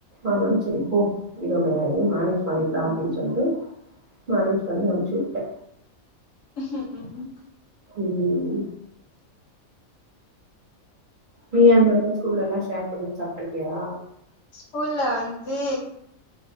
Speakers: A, on the right (about 45°); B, on the left (about 65°).
A: ஆனாலும் செரி போ இது ஒன்னு மேனேஜ் பண்ணிக்கலாம் அப்டின்னு சொல்ட்டு மேனேஜ் பண்ணி அனுச்சு விட்டே
B: உம் உம்
A: உம் நீ அந்த மாதிரிலாம் ஸ்கூல்ல எல்லா ஷேர் பண்ணி சாப்டிருக்கியா
B: ஸ்கூல்ல வந்து